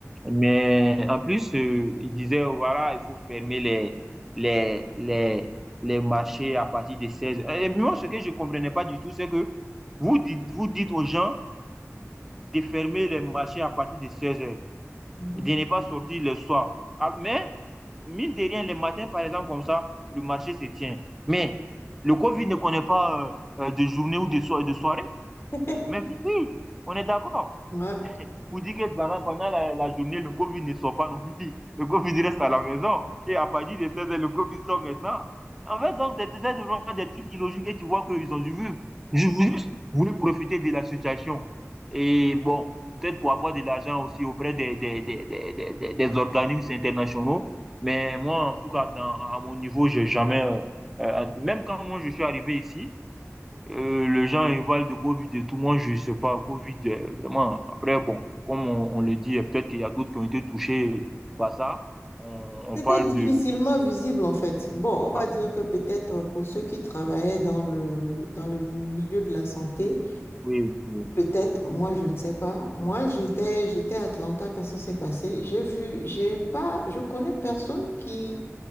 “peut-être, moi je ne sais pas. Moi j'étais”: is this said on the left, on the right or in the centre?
Left